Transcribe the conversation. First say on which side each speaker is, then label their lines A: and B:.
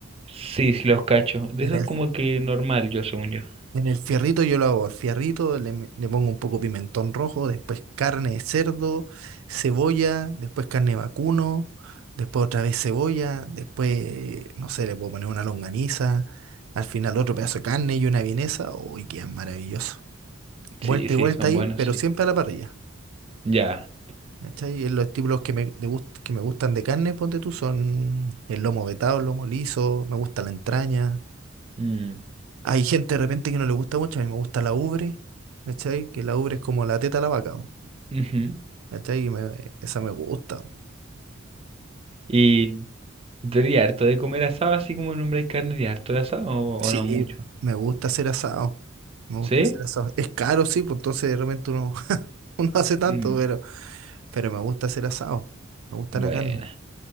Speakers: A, on the right; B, on the right.
A: Sí, sí, los
B: Sí.
A: cachos. De
B: En
A: esos
B: el,
A: como que normal, yo según yo.
B: en el fierrito yo lo hago. Al fierrito le, me- le pongo un poco pimentón rojo, después carne de cerdo, cebolla, después carne de vacuno, después otra vez cebolla, después, no sé, le puedo poner una longaniza, al final otro pedazo de carne y una vienesa. Uy, qué maravilloso. Vuelta
A: Sí, sí,
B: y vuelta
A: son
B: ahí,
A: buenos,
B: pero
A: sí.
B: siempre a la parrilla.
A: Ya.
B: ¿Cachai? Eh, Los estímulos que me, de gust- que me gustan de carne, ponte tú, son el lomo vetado, el lomo liso, me gusta la entraña.
A: Mm,
B: Hay gente de repente que no le gusta mucho, a mí me gusta la ubre, ¿cachai? Que la ubre es como la teta a la vaca, ¿no?
A: ujú.
B: ¿cachai? Y me- esa me gusta. ¿no?
A: Y tú eres harto de comer asado así como nombre de carne y harto de asado o,
B: Sí,
A: o no mucho.
B: me gusta hacer asado. Me gusta
A: ¿Sí?
B: hacer asado. Es caro, sí, pues entonces de repente uno, <laughs> uno hace tanto,
A: Mm,
B: pero, pero me gusta hacer asado. Me gusta
A: bueno.
B: la carne.